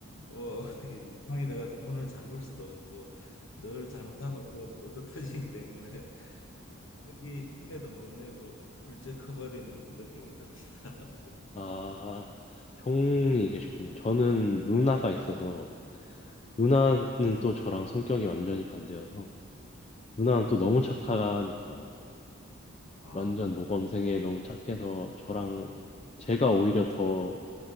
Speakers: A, on the left; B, on the left.
A: 뭐 어떻게 내 방에 들어가서 문을 잠글 수도 없고 늘 잘못하면 얻어, 얻어 터지기 때문에 <laughs> 여기 흉내도 못 내고 훌쩍 커버린 느낌이 듭니다.
B: 아, 형이 계셨군요. 저는 누나가 있어서, 누나는 또 저랑 성격이 완전히 반대여서, 누나는 또 너무 착하니까,
A: 아,
B: 완전 모범생에 너무 착해서, 저랑, 제가 오히려 더,